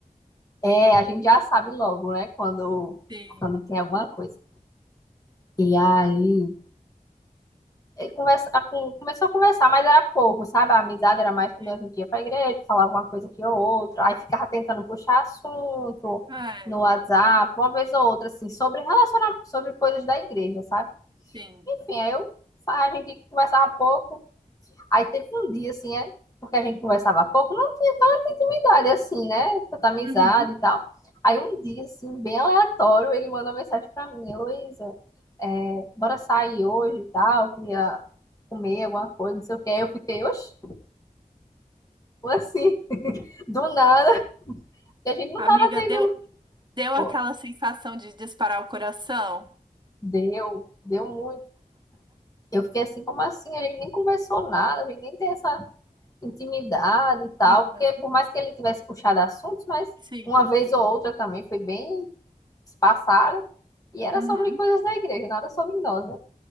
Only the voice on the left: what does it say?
é, a gente já sabe logo, né, quando,
quando tem alguma coisa. E aí, ele conversa, a- com- começou a conversar, mas era pouco, sabe? A amizade era mais quando
a gente ia pra igreja, falava uma coisa aqui ou outra, aí ficava tentando puxar assunto
no WhatsApp, uma vez ou outra, assim, sobre relacionamento, sobre coisas da igreja, sabe?
Enfim, aí eu, a gente conversava pouco, Aí teve um dia, assim, é, porque a gente conversava pouco, não tinha tanta intimidade, assim, né? Tanta amizade
e tal. Aí um dia, assim, bem aleatório, ele mandou uma mensagem pra mim, Heloísa, é, bora sair hoje e tal, queria comer alguma coisa, não sei o que. Aí eu fiquei, oxe, como assim, <laughs> do nada, e a gente não
tava tendo,
pô,
deu, deu muito. Eu fiquei assim, como assim? A gente nem conversou nada, a gente nem tem essa intimidade e tal,
porque por mais que ele tivesse puxado assuntos, mas
uma vez ou outra também foi bem espaçado, e era
sobre coisas da igreja, nada sobre nós, né?